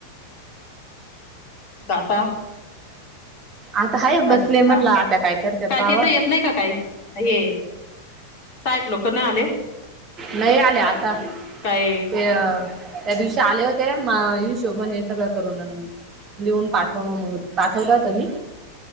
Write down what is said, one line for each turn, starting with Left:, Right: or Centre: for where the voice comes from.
Left: काट
Right: आता हाय बसले
Left: आज हा
Right: म्हटला आता काय करते पावा
Left: तिथं येत नाही का काही हे साहेब लोक नाही आले
Right: नाही आल्या आता
Left: काय
Right: ते त्या दिवशी आले होते हिशोभन हे सगळं करून लिहून पाठवाव मग पाठवला होता मी